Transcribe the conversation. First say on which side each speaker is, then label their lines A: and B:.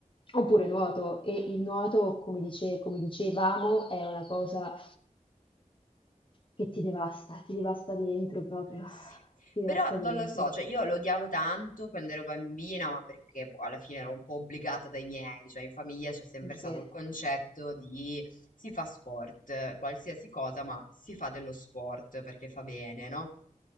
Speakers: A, on the left; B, on the left.
A: oppure nuoto. E il nuoto, come dice- come dicevamo, è una cosa che ti devasta, ti devasta dentro proprio,
B: Sì,
A: ti devasta
B: però non
A: dentro.
B: lo so, cioè io lo odiavo tanto quando ero bambina, ma perché boh, alla fine ero un po' obbligata dai miei, cioè in famiglia c'è sempre
A: Sì.
B: stato il concetto di si fa sport, qualsiasi cosa, ma si fa dello sport perché fa bene, no?